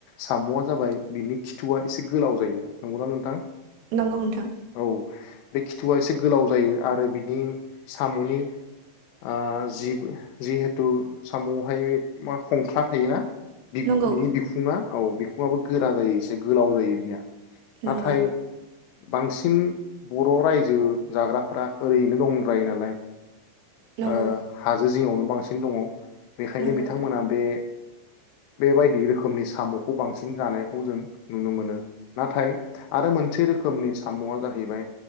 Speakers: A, on the left (about 75°); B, on the right (about 85°).
A: साम'आ जाबाय बिनि खिथुआ एसे गोलाव जायो नंगौना नोंथां
B: नंगौ नोंथां
A: औ बे खिथुआ एसे गोलाव जायो आरो बिनि साम'नि आ जि जिहेथु साम'आवहाय मा खंख्ला थायोना बि
B: नंगौ
A: बिनि बिखुङा औ बि फुङाबो गोरा जायो एसे गोलाव जायो बिया
B: नंगौ
A: नाथाय बांसिन सिन बर' रायजो जाग्राफ्रा ओरैनो दंद्रायो नालाय
B: नंगौ
A: ओ हाजो जिङावनो बांसिन दङ बेखायनो
B: नंगौ
A: बिथांमोना बे -बेबायदि रोखोमनि साम' बांसिन जानायखौ जों नुनो मोनो नाथाय आरो मोनसे रोखोमनि साम'आ जाहैबाय